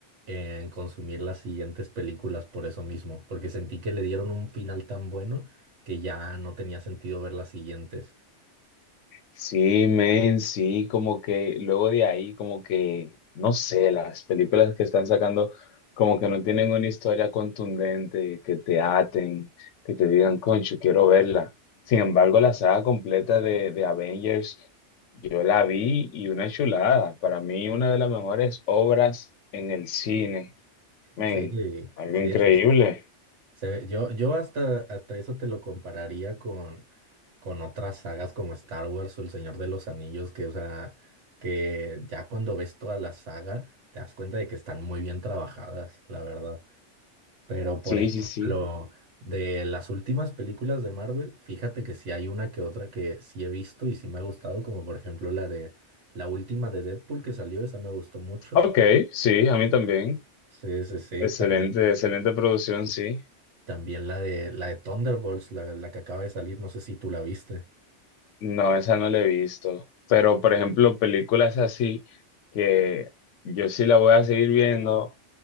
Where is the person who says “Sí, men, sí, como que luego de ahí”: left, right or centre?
Left